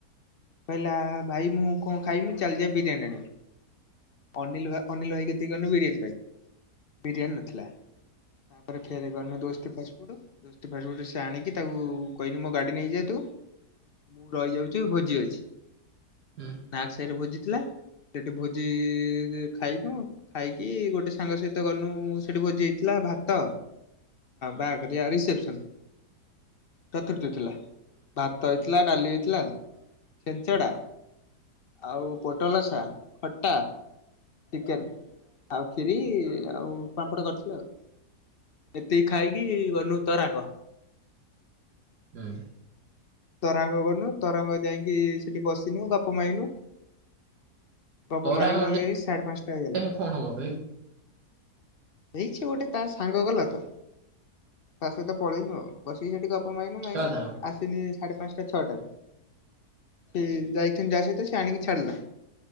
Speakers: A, on the left; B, on the right.
A: କହିଲା ଭାଇ ମୁଁ କଣ ଖାଇମି ଚାଲିଯିବା ବିରିୟାନୀ ଆଣିବା। ଅନିଲ ଭା ଅନିଲ ଭାଇ କେତିକି ବିରିୟାନୀ ପାଇଁ। ବିରିୟାନୀ ନଥିଲା ତାପରେ ଫେର ଗଲୁ ଦୋସ୍ତ ତୁ ଦୋସ୍ତି ପାଟିରୁ ଗୋଟେ ସେ ଆଣିକି ତାକୁ କହିଲି ମୋ ଗାଡି ନେଇଯାଏ ତୁ। ମୁଁ ରହିଯାଉଚି ଭୋଜିରେ।
B: ଉଁ।
A: ନାଗ ସାହିରେ ଭୋଜି ଥିଲା ସେଠି ଭୋଜି ଖାଇନୁ ଖାଇକି ଗୋ ସାଙ୍ଗ ସହିତ ଗଲୁ। ସେଠି ଭୋଜି ହେଇଥିଲା ଭାତ, ବାହାଘରିଆ ରିସେପସନ। ଚତୁର୍ଥୀଥିଲା ଭାତ ହେଇଥିଲା ଡାଲି ହେଇଥିଲା। ଛେଞ୍ଚଡ଼ା ଆଉ ପୋଟଲସା ଖଟା - ଚିକେନ, ଆଉ ଖୀରି, ଆଉ ପାମ୍ପଡ଼ କରିଥିଲ ଆଉ। ଏତିକି ଖାଇକି ଗଲୁ ତରାଙ୍ଗ।
B: ହୁଁ।
A: ତରାଙ୍ଗ ଗଲୁ। ତରାଙ୍ଗ ଯାଇକି ସେଠି ବସିନୁ ଗପ ମାଇନୁ। ଗୋପ
B: ତୋରାଙ୍କର
A: ମାରୀ ଗାଉନରି ସା଼େ ପାଞ୍ଚଟା ହେଲ
B: ଯାଇ
A: <unintelligible>
B: କଣ ହବ ବେ?
A: ହେଇଛି ଗୋଟେ ତା ସାଙ୍ଗ ଗଲା ତ! ତା ସହିତ ପଳେଇନୁ ଆଉ। ବସିକି ସେଠି ଗପ ମାଇନୁ ମାଇନୁ
B: କା ସାଙ୍ଗ?
A: ଆସିଲି। ସାଢେ ପାଞ୍ଚଟା ଛଅଟାରୁ। ସେ ଯାଇଛନ୍ତି ଯାହା ସହିତ ସେ ଆଣିକି ଛାଡିଲା।